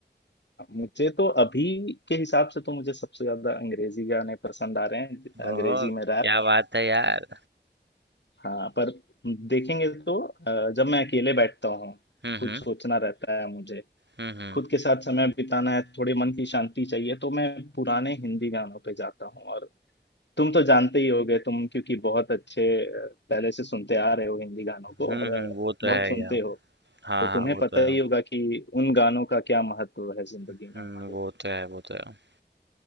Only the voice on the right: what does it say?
ओह!
क्या बात है यार।
हुँ,
हुँ।
हुँ, हुँ।
हुँ,
हुँ,
वो तो
है
यार।
हाँ,
हाँ,
वो
तो है।
हुँ,
वो तो है, वो तो है।